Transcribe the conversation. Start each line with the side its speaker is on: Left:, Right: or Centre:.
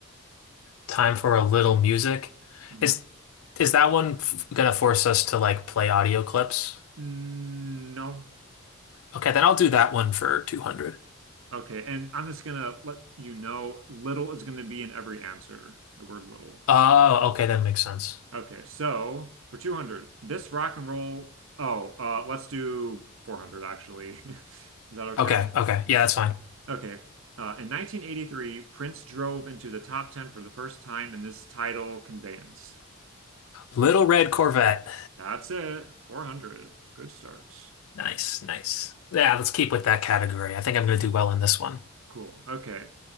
Left: Time for a little music.
Right: Mhm.
Left: Is is that one f gonna force us to like play audio clips?
Right: Mm, No.
Left: Okay, then I'll do that one for 200.
Right: Okay, and I'm just gonna let you know little is gonna be in every answer. The word little.
Left: Oh, okay, that makes sense.
Right: Okay, so for 200, this rock and roll. Oh, uh, let's do 400 actually. <laughs> Is that okay?
Left: Okay, okay. Yeah, that's fine.
Right: Okay. Uh, in 1983, Prince drove into the top 10 for the first time in this title conveyance.
Left: Little Red Corvette.
Right: That's it. 400. Good start.
Left: Nice, nice. Yeah, let's keep with that category. I think I'm gonna do well in this one.
Right: Cool. Okay.